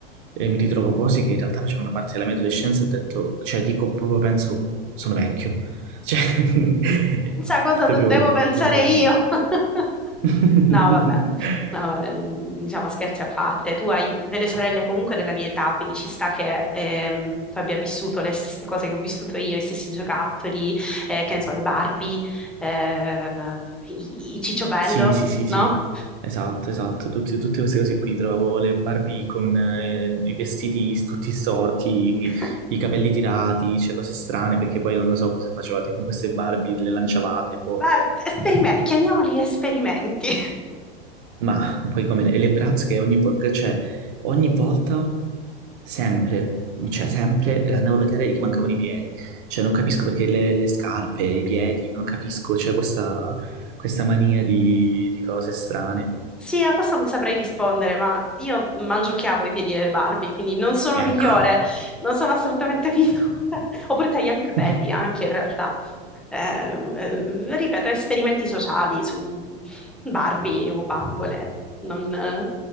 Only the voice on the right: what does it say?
e mi ritrovo cose che in realtà facevano parte della mia adolescenza, ho detto, cioè dico proprio, penso, sono vecchio. Cioè, <laughs>
è proprio,
proprio così.
<laughs>
Sì, sì, sì,
sì, esatto, esatto, Tutti- tutte queste cose qui, trovavo le Barbie con eh, i vestiti tutti storti,
i, i capelli tirati, cioè cose strane, perché poi non lo so cosa facevate con queste Barbie, le lanciavate, boh,
ma poi come le, e le Bratz che ogni, vo- che, cioè, ogni volta, sempre, cioè sempre, le andavo a vedere e gli mancavano i piedi, cioè non capisco perché le, le scarpe, i piedi, non capisco, c'è questa, questa mania di
di cose strane,
ecco.
<laughs>